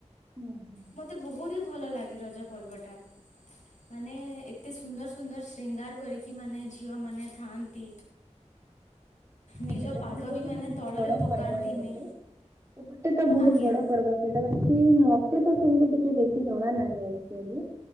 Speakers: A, on the right; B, on the left.
A: ହୁଁ ହୁଁ
B: ମୋତେ ବହୁତ ହି ଭଲ ଲାଗେ ରଜ ପର୍ବଟା। ମାନେ ଏତେ ସୁନ୍ଦର ସୁନ୍ଦର ସିଙ୍ଗାର ଏମିତି କରିକି ଝିଅମାନେ ଥାଆନ୍ତି। ନିଜ
A: ରଜ
B: ପାଦ
A: ପର୍ବ
B: ମାନେ
A: ବି ବହୁତ
B: ତଳରେ
A: ବଡ
B: ପକାନ୍ତିନି
A: ପର୍ବ ଏପଟେ ଏପଟେ ତ ବହୁତ
B: ଆଜ୍ଞା
A: ବଡ ପର୍ବ। ସେଇଟା ଅଛି ମତେ ତ ସେମିତି ଟିକେ ବେଶୀ ଜଣା ନାହିଁ ଆକ୍ଚଲି।